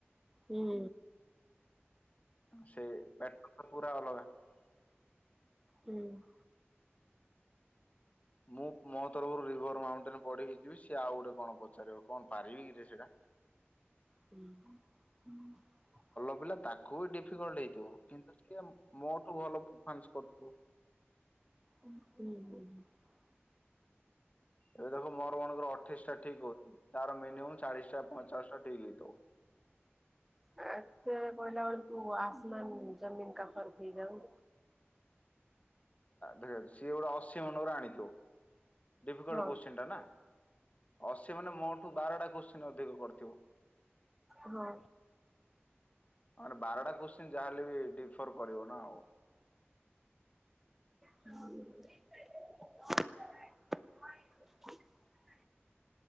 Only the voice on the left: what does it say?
ସେ ପାର୍ଟନ ଟା ପୁରା ଅଲଗା <unintelligible>
ମୁଁ ମୋ ତରଫରୁ ରିଭର ମାଉଣ୍ଟେନ ପଢିକି ଯିବି ସିଏ ଆଉ ଗୋଟେ କଣ ପଚାରିବ କଣ ପାରିବି କିରେ ସେଇଟା
ପଡିଲା ତାକୁବି ଡିଫି ଡିଫିକଲ୍ଟ ହେଇଥିବ କିନ୍ତୁ ଟିକେ ମୋଠୁ ଭଲ ମ୍ୟାନେଜ କରୁଥିବ
ଏବେ ଦେଖ ମ ଆମ ମାନଙ୍କର ଅଠେଇଶ ଟା ଠିକ୍ ହଉଛି ତାର ମିନିମମ୍ ଚାଳିଶଟା ପଇଁଚାଳିଶ ଠିକ ହୋଇଥାଉ।
ଦେଖ ସିଏ ଗୋଟେ ଅଶୀ ମନେକର ଆଣିଥିବ ଡିଫିକଲଟ
କୋଶ୍ଚିନ ଟା ନା ଅସ ମାନେ ମୋଠୁ ବାରଟା କୋଶ୍ଚିନ ଅଛି ଅଧିକ କରିଥିବ।
ମେ ବାରଟା କୋଶ୍ଚିନ୍ ଯାହାହେଲେ ବି ିଫର କରିବ ନା ଆଉ।